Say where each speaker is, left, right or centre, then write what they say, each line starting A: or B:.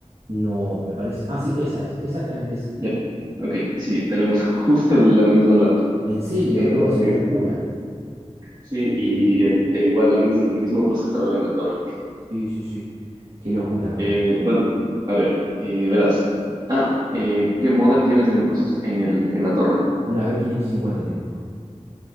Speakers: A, on the right; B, on the right.
A: No, me parece. Ah, sí, esa es, exactamente esa.
B: Ya, Ok, sí, tenemos <laughs> justo la misma laptop.
A: En serio,
B: Eh,
A: no, es una locura.
B: sí, y el, e igual, la mis- el mismo procesador en la torre.
A: Sí, sí, sí. Qué locura, ¿no?
B: Eh, bueno, a ver, eh, verás. Ah, eh, ¿qué modder tienes en el proceso, en el, en la torre?
A: Una b quinientos cincuenta tengo.